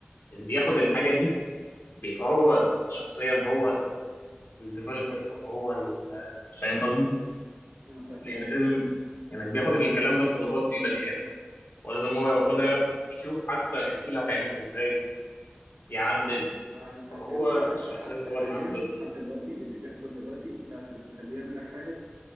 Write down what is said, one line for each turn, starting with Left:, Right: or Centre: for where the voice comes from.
Left: اللي بياخد الحاجة دي بيبقى هو شخصيا هو الديفلوبر أو هو ال- فاهم قصدي؟
Right: انا فاهم
Left: يعني لازم يعني اللي بياخد الكلام ده الطلبات دي بني ادم ولازم هو
Right: ما
Left: ياخدها
Right: انا عشان
Left: يشوف حتى التول هتعملها ازاي يعدل
Right: ما أنا عشان
Left: هو
Right: كده بقولك حتى
Left: الشخصيه
Right: حتى
Left: اللي هو
Right: حاليا
Left: اللي عنده ال-
Right: لحد دلوقتي اللي بيحصل دلوقتي انت عشان تخليه يعمل لك حاجه